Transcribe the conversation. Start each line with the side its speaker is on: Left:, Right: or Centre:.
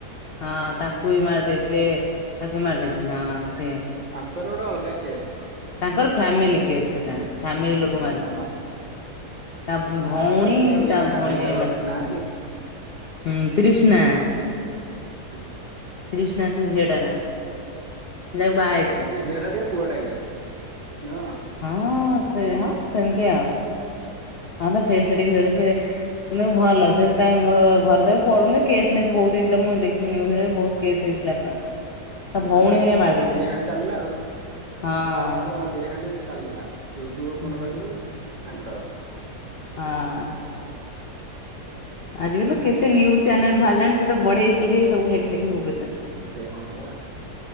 Left: ହଁ ତାକୁ ବି ମାରି ଦେଇଥିଲେ ତାକୁ ବି ମାରି ଦେଇଛନ୍ତି ହଁ ସିଏ।
Right: ତାଙ୍କର ଗୋଟେ ଅଲଗା କେସ୍।
Left: ତାଙ୍କର ଫ୍ୟାମିଲି କେଶ ସେଟା ଫ୍ୟାମିଲି ଲୋକ
Right: କେସ୍
Left: ମାରିଛନ୍ତି।
Right: ହଁ ବା
Left: ତା
Right: ମାରାମାରି
Left: ଭଉଣୀ
Right: ହେଇକି ଅବିକା
Left: ତା
Right: ଫ୍ୟାମିଲି
Left: ଭଉଣୀ ହରିକା
Right: ତାକୁ
Left: ମାରିଛନ୍ତି
Right: ରଖୁନାହାନ୍ତି।
Left: ହଁ। ହୁଁ ତ୍ରିଷ୍ନା।
Right: କି
Left: ତ୍ରିଷ୍ନା ସେ ଝିଅଟା ନା। ଯାହାକୁ
Right: କେଜାଣି
Left: ବାହା ହେଇଥିଲା।
Right: କହିଲି ଝିଅଟା ଟିକେ ପୁଅ ଟାଇପର ନୁହଁ?
Left: ହଁ ସେ ହଁ ସେମିତିଆ ହଁ ତା ଫେସଟା ଟିକେ ସେଟା ସେ କିନ୍ତୁ ଭଲ ସେ ତାଙ୍କ ଘରେ ତ ପଢୁନି କେସ୍ ମେସ୍ ବହୁତ ହେଇଥିଲା ମୁଁ ଦେଖିଲି ନ୍ୟୁଜରେ ବହୁତ କେସ ହେଇଥିଲା ପୁରା। ତା
Right: ହୁଁ
Left: ଭଉଣୀ
Right: କାଙ୍କର
Left: ହେରିକା ମାରି
Right: ତ ମଝିରେ
Left: ଦେଇଛନ୍ତି
Right: ଖାଲି ଚାଲିଲା ଆଉ ତାଙ୍କରଏକା
Left: ହଁ
Right: ମଝି ମଝିରେ ଖାଲି ଚାଲିଲା ୟୁଟ୍ୟୁବ ଓପନ
Left: ହୁଁ।
Right: କରିବୁ ତାଙ୍କର
Left: ହଁ। ଆଜିକାଲି ତ କେତେ ନ୍ୟୁଜ ଚ୍ୟାନେଲ ବାହାରିଲାଣି ସେ ତ ବଢେଇ ଚୁଢେଇ ସବୁ ଲେଖି ଲେଖି ଭୁକ ଛ
Right: ସେ ହଁ ବା।